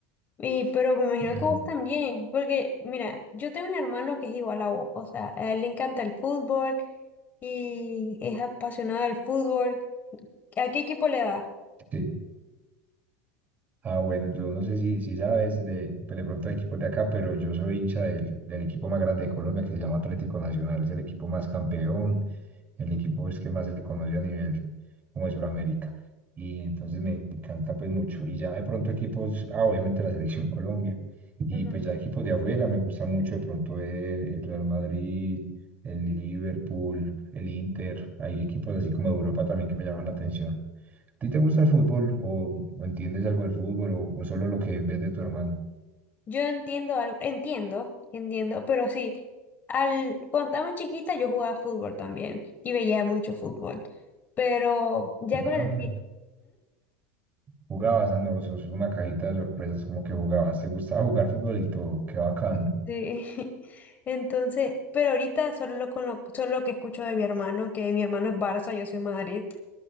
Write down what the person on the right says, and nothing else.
Bueno,
sí. Ah, bueno, yo no sé si, si sabes de, pues de pronto de equipos de acá, pero yo soy hincha del, del equipo más grande de Colombia que se llama Atlético Nacional. Es el equipo más campeón, el equipo es que más se conoce a nivel como de Sudamérica. Y entonces me encanta pues mucho. Y ya de pronto equipos, ah, obviamente la <laughs> selección Colombia. Y
pues ya equipos de afuera, me gusta mucho de pronto ver el Real Madrid, el Liverpool, el Inter. Hay equipos así como de Europa también que me llaman la atención. ¿A ti te gusta el fútbol o, o entiendes algo del fútbol o, o solo lo que ves de tu hermano?
¿Jugabas?
¿Jugabas? Ah, no, sos una cajita de sorpresas como que jugabas. ¿Te gustaba jugar fútbol y todo? Qué bacano.